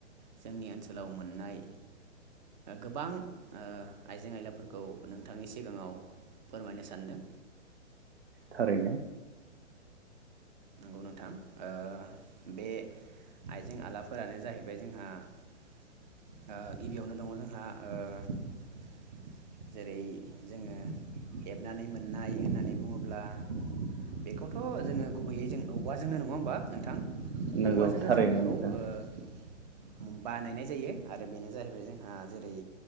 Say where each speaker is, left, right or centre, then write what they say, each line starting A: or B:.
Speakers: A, on the right; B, on the right.
A: जोंनि ओनसोलाव मोननाय गोबां ओ आइजें आयलाफोरखौ नोंथांनि सिगाङाव फोरमायनो सानदों।
B: थारैनो।
A: गौ नोंथां ओ बे आइजें आइलाफोरानो जाहैबाय जोंहा ओ गिबियावनो दङ जोंहा ओ जेरै जोङो हेबनानै मोननाय होननानै बुङोब्ला बेखौथ' जोङो गुबैयै जों औवाजोंनो नङा होमबा नोंथां
B: नंगौ
A: औवाजोंनो
B: थारैनो
A: जों बेखौ
B: नोंथां
A: ओ बानायनाय जायो आरो बेनो जाहैबाय जोंहा जेरै